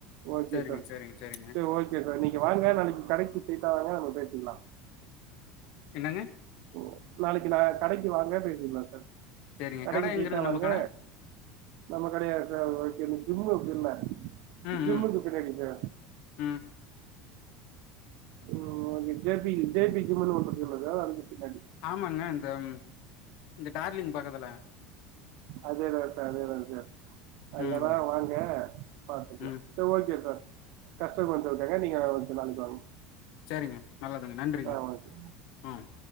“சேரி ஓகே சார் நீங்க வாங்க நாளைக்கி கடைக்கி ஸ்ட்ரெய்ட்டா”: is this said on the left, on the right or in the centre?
Right